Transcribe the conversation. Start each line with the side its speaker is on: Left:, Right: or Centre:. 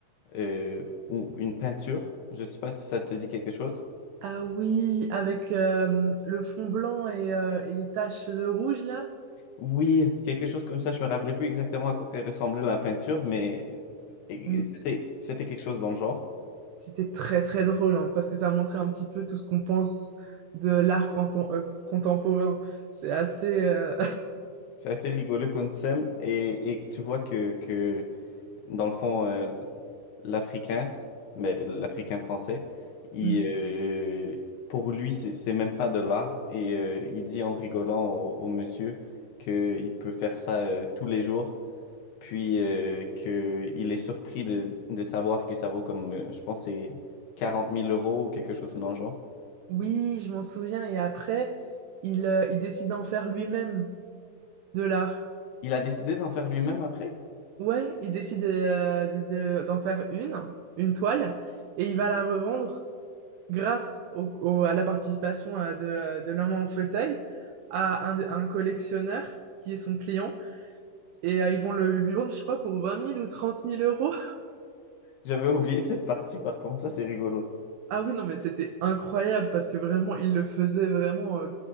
Left: euh, ou une peinture. Je ne sais pas si ça te dit quelque chose.
Right: Ah oui, avec euh, le fond blanc et, euh, et les taches de rouge, là.
Left: Oui, quelque chose comme ça. Je me rappelais plus exactement à quoi que ressemblait la peinture, mais et
Right: Oui,
Left: c'était
Right: c-
Left: c'était quelque chose dans le genre.
Right: c'était très très drôle, hein, parce que ça montrait un petit peu tout ce qu'on pense de l'art canton- euh, contemporain. C'est assez... euh,
Left: C'est assez rigolo qu'on s'aime et, et tu vois que, que dans le fond, euh, l'Africain, mais l'Africain français, il,
Right: <laughs>
Left: euh, pour lui, c'est c'est même pas de l'art et euh, il dit en rigolant au, au monsieur qu'il peut faire ça euh, tous les jours Puis euh, que il est surpris de, de savoir que ça vaut comme, euh, je pense, c'est quarante mille euros ou quelque chose dans le genre.
Right: Oui, je m'en souviens. Et après, il, euh, il décide d'en faire lui-même de l'art.
Left: Il a décidé d'en faire lui-même après?
Right: Ouais, il décide euh, de- de- d'en faire une, une toile, et il va la revendre grâce au- au- à la participation euh, de, euh, de l'homme en fauteuil à un, un collectionneur qui est son client. Et euh, ils vont le, lui vendre, je crois, pour vingt mille ou trente mille euros.
Left: J'avais oublié cette partie, par contre, ça c'est rigolo.
Right: Ah oui, non, mais c'était incroyable parce que vraiment, il le faisait vraiment. euh,